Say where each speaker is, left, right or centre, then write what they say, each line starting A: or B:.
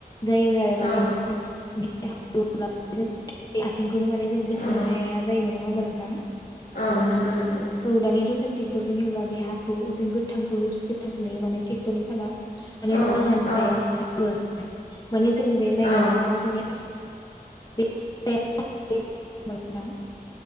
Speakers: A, on the left; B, on the left.
A: जायोमोन आरो। माने
B: औ
A: <unintelligible> आथिंखौनो माने जों बख'नो
B: औ
A: हाया हाया जायोमोन नङा होमबा नोंथां।
B: औ नंगौ नंगौ।
A: औ दानियाथ' जों टेक्टरजों एवब्ला बे हाखौ जों गोथांखौ गोथां सो नुयो माने टेक्टरनि फाला माने
B: औ
A: <unintelligible>
B: औ
A: माने जोंबे माइ गायनो
B: औ
A: थांब्ला जोंनि <unintelligible> <unintelligible>